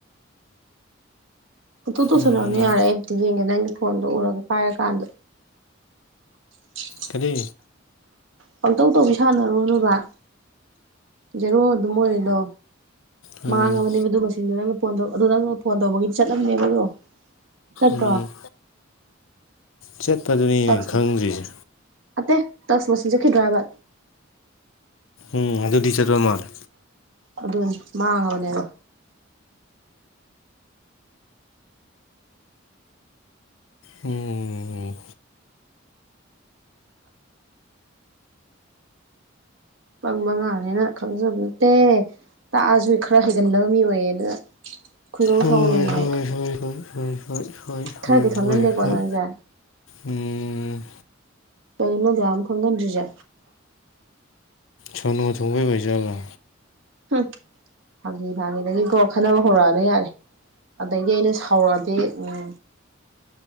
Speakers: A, on the right (about 75°); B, on the left (about 80°).
A: ꯄꯪꯇꯧ ꯇꯧꯁꯜꯂꯛꯑꯅꯨ
B: ꯎꯝ
A: ꯌꯥꯔꯦ ꯑꯩ ꯑꯝꯇ ꯌꯦꯡꯒꯦ ꯅꯪꯒꯤ ꯐꯣꯟꯗꯣ ꯎꯔꯒ ꯄꯥꯏꯔꯀꯥꯟꯗ꯫ <unintelligible> <inaudible>
B: ꯀꯔꯤ꯫
A: ꯄꯪꯇꯧ ꯇꯧꯕꯤ ꯁꯥꯟꯅꯔꯨꯔꯅꯨꯕꯥ ꯖꯦꯔꯣ ꯑꯗꯨꯝ ꯑꯣꯏꯔꯤꯗꯣ꯫
B: ꯑꯥ
A: ꯃꯥꯡꯉꯕꯥꯅꯦꯕꯥ ꯑꯗꯨ ꯃꯁꯤꯡꯗꯨ ꯅꯪꯅ ꯐꯣꯟꯗꫭ ꯑꯗꯣ ꯅꯪꯅ ꯐꯣꯟ ꯇꯧꯕꯒꯤ ꯆꯠꯂꯝꯅꯤꯕꯗꯣ꯫ ꯆꯠꯄ꯭ꯔꯣ꯫
B: ꯎꯝ ꯆꯠꯄꯗꯨꯅꯤ ꯅꯦ
A: ꯇꯛꯁ
B: ꯑꯩꯅꯥ ꯈꯪꯗ꯭ꯔꯤꯁꯦ꯫
A: ꯅꯠꯇꯦ ꯇꯁ ꯃꯁꯤꯡ ꯆꯠꯈꯤꯗ꯭ꯔꯣ ꯍꯥꯏꯕ꯫
B: ꯎꯝ ꯑꯗꯨꯗꯤ ꯆꯠꯄꯥ ꯃꯥꯟꯂꯦ꯫
A: ꯑꯗꯨꯅꯤ ꯃꯥꯡꯉꯕꯅꯦ ꯑꯗꯣ꯫
B: ꯎꯝ
A: ꯄꯪꯕ ꯑꯉꯥꯡꯅꯤꯅ ꯈꯪꯖꯕ ꯅꯠꯇꯦ ꯇꯥꯛꯑꯁꯨ ꯈꯔ ꯍꯩꯒꯟꯗꯕ ꯃꯤ ꯑꯣꯏꯌꯦ ꯑꯗꯨꯅ ꯈꯣꯏꯗꯧ
B: ꯍꯣꯏ
A: ꯁꯥꯎꯅꯤꯡꯉꯦ
B: ꯍꯣꯏ
A: ꯑꯩ
B: ꯍꯣꯏ ꯍꯣꯏ ꯍꯣꯏ ꯍꯣꯏ ꯍꯣꯏ
A: ꯈꯔꯗꯤ
B: ꯍꯣꯏ
A: ꯈꯪꯒꯟꯗꯦꯀꯣ
B: ꯍꯣꯏ ꯍꯣꯏ
A: ꯅꯪꯁꯦ
B: ꯎꯝ
A: ꯀꯩꯒꯤꯅꯣ ꯑꯗꯨꯛꯌꯥꯝ ꯈꯪꯒꯟꯗ꯭ꯔꯤꯖꯦ
B: ꯁꯣꯅꯣ ꯊꯨꯡꯕꯩ ꯑꯣꯏ ꯖꯥꯠꯂꯣ
A: ꯍꯝ ꯐꯥꯒꯤ ꯐꯥꯒꯤꯗꯒꯤꯀꯣ ꯈꯠꯅꯕ ꯍꯧꯔꯛ ꯑꯅꯨ ꯌꯥꯔꯦ ꯑꯗꯩꯗꯤ ꯑꯩꯅ ꯁꯥꯎꯔꯛꯑꯗꯤ ꯎꯝ